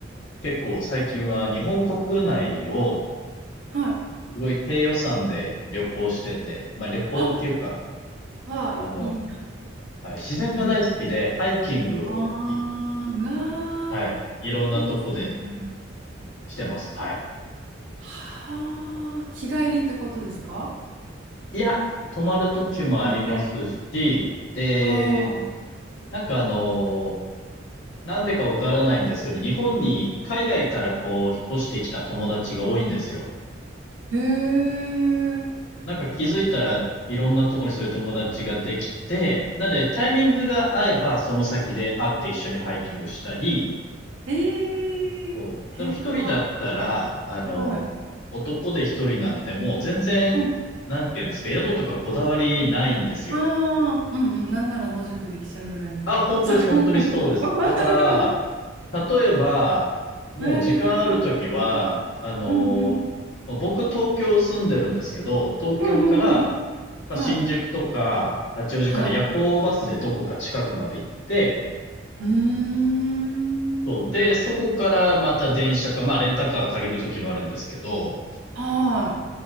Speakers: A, on the left (about 70°); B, on the right (about 75°).
A: 結構最近は日本国内を
B: はい。
A: すごい低予算で旅行してて、まあ旅行っていうか、
B: あ、わあ、
A: あの、
B: いいな。
A: はい。自然が大好きで、
B: うん
A: ハイキングを、
B: ああ、
A: い
B: うわあ、
A: はい。いろんなとこで
B: いいですね。
A: してます。はい。
B: はあ、日帰りってことですか
A: いや、泊まる時もありますし、
B: 泊まって。
A: で、
B: あ
A: なんかあの、なんでかわからないんですけど、日本に海外からこう、引っ越してきた友達が多いんですよ。
B: あ、へえ、
A: なんか気づいたら、いろんなとこにそういう友達ができて、なのでタイミングが合えば、その先で会って一緒にハイキングしたり、
B: ええ、
A: そう。
B: 平和。
A: でも一人だったら、あの、
B: はい。
A: 男で一人なんで、もう全然、
B: うん。
A: なんて言うんですか、宿とかこだわりないんですよ。
B: ああ、うんうん。なんなら野宿できちゃうぐらいの。
A: あ、本当です、
B: そこ。
A: 本当にそうです。
B: <laughs>
A: だから、例えば、もう時間あるときは、
B: ええ、うん
A: あの、
B: うん。
A: まあ僕東京住んでるんですけど、東京から、
B: うんうんうん。
A: まあ、
B: はい。
A: 新宿とか八王子から夜行バスでどこか近くまで行って、
B: はい。うーん。
A: そう。で、そこからまた電車か、まあレンタカー借りるときもあるんですけど、
B: は